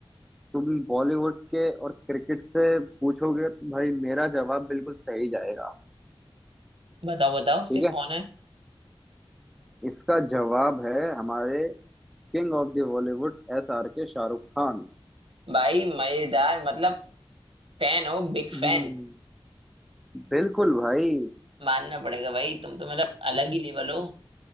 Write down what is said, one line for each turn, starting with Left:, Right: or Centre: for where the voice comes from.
Centre: तुम बॉलीवुड के और क्रिकेट से पूछोगे तो भाई मेरा जवाब बिल्कुल सही जाएगा
Right: बताओ बताओ
Centre: ठीक
Right: फिर
Centre: है
Right: कौन है
Centre: इसका जवाब है हमारे king of the Bollywood एस आर के Shahrukh Khan
Right: भाई मजेदार मतलब फैन हो बिग
Centre: हम्म,
Right: फैन
Centre: बिल्कुल भाई
Right: मानना पड़ेगा भाई तुम तो मतलब अलग ही लेवल हो